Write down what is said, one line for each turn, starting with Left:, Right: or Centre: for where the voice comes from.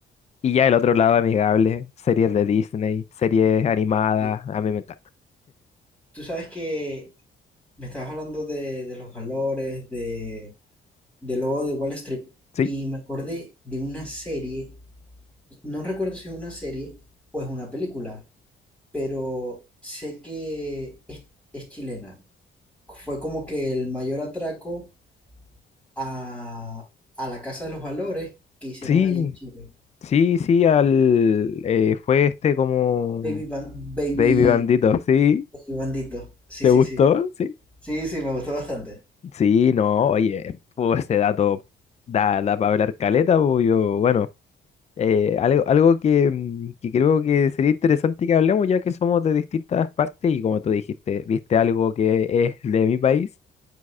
Left: Y ya el otro lado amigable, series de Disney, series animadas,
Centre: sí.
Left: a mí me encanta.
Centre: Tú sabes que me estabas hablando de, de los valores, de, del lobo de Wall Street,
Left: Sí,
Centre: y me acordé de una serie, no recuerdo si es una serie o es una película, pero sé que es, es chilena. Fue como que el mayor atraco a, a la Casa de los Valores que hicieron
Left: sí,
Centre: allá en Chile.
Left: sí, sí, al, eh, fue este como
Centre: Baby, Ban- Baby,
Left: Baby Bandito, ¿sí?
Centre: Baby Bandito. Sí,
Left: ¿Te
Centre: sí,
Left: gustó?
Centre: sí.
Left: Sí.
Centre: Sí, sí, me gustó bastante.
Left: Sí, no, oye, pues ese dato da, da para hablar caleta, pues yo, bueno. Eh, algo algo que, mm, que creo que sería interesante que hablemos, ya que somos de distintas partes y como tú dijiste, viste algo que es de mi país,